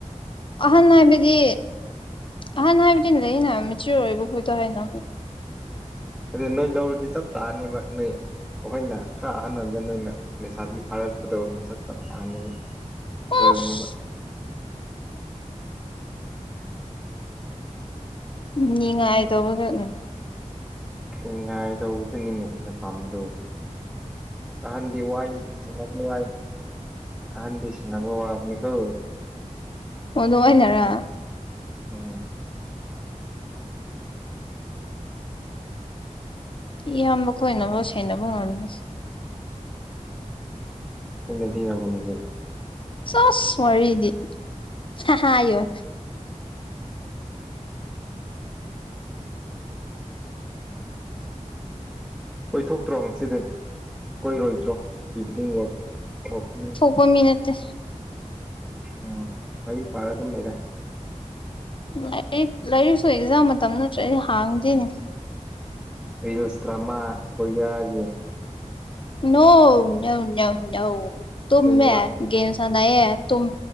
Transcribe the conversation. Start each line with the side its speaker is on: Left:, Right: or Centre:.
Left: ꯑꯍꯟ ꯍꯥꯏꯕꯗꯤ ꯑꯍꯟ ꯍꯥꯏꯕꯗꯤ ꯂꯩꯌꯦꯅꯥ ꯃꯦꯆꯤꯌꯨꯔ ꯑꯣꯏꯕ ꯄꯣꯠꯇꯣ ꯍꯥꯏꯅ
Centre: ꯀꯔꯤ ꯅꯣꯏ ꯂꯧꯔꯗꯤ ꯆꯞ ꯆꯥꯅꯤꯕ ꯅꯣꯏ ꯑꯩꯈꯣꯏꯅ ꯈꯔ ꯑꯍꯟ ꯑꯣꯏꯕꯗ ꯅꯣꯏꯅ ꯂꯩꯁꯥꯕꯤ ꯐꯥꯔꯛꯄꯗꯣ ꯃꯁꯛ ꯆꯞ ꯆꯥꯅꯤꯕ ꯐꯖꯒꯔꯅꯤꯕ
Left: ꯑꯁ ꯅꯤꯡꯉꯥꯏ ꯇꯩꯕꯗ ꯑꯨꯡ
Centre: ꯅꯤꯉꯥꯏ ꯗꯧꯕꯗꯨꯅꯤꯅ‌ꯦ ꯑꯈ‌ꯣꯏꯅ ꯄꯥꯝꯕꯗꯣ ꯑꯍꯟꯗꯤ ꯋꯥꯏ ꯑꯍꯟꯗꯤ ꯋꯥꯏ ꯑꯍꯟꯗꯤ ꯁꯦꯟꯅꯥꯕ ꯋꯥꯕꯅꯤꯀꯣ
Left: ꯑꯣ ꯑꯗꯨ ꯑꯩꯅꯔꯥ
Centre: ꯎꯝ
Left: ꯏꯌꯥꯝꯕ ꯈꯣꯏꯅꯕꯣ ꯁꯦꯟꯅꯕ ꯉꯝꯁ
Centre: ꯑꯩꯅꯗꯤ ꯉꯝꯒꯅꯤ ꯀꯩꯅꯣ
Left: ꯆꯥꯁ ꯋꯥꯔꯤꯗꯤ ꯍꯥ ꯍꯥꯌꯣ
Centre: ꯀꯣꯏꯊꯣꯛꯇ꯭ꯔꯣ ꯉꯁꯤꯗꯤ ꯀꯣꯏꯔꯣꯏꯗ꯭ꯔꯣ ꯏꯚꯤꯅꯤꯡ ꯋꯥꯛ ꯋꯥꯛꯀꯤꯡ
Left: ꯍꯣꯃꯤꯟꯅꯠꯇꯦ
Centre: ꯎꯝ ꯂꯥꯏꯔꯤꯛ ꯄꯥꯔ ꯑꯗꯨꯝ ꯂꯩꯔꯦ
Left: ꯂꯥꯏꯔꯤꯛ ꯂꯥꯏꯔꯤꯛꯁꯨ ꯑꯦꯛꯖꯥꯝ ꯃꯇꯝ ꯅꯠꯇ꯭ꯔ ꯑꯩ ꯍꯥꯡꯗꯦꯅꯦ
Centre: ꯔꯤꯜꯁ ꯗ꯭ꯔꯃꯥ ꯀꯣꯔꯤꯌꯥꯒꯤ
Left: ꯅꯣ ꯅꯣꯑ ꯅꯣꯑ ꯅꯣꯑ ꯇꯨꯝꯃꯦ
Centre: ꯇꯦꯟ ꯋꯥꯠ
Left: ꯒꯦꯝ ꯁꯥꯟꯅꯩꯌꯦ ꯇꯨꯝ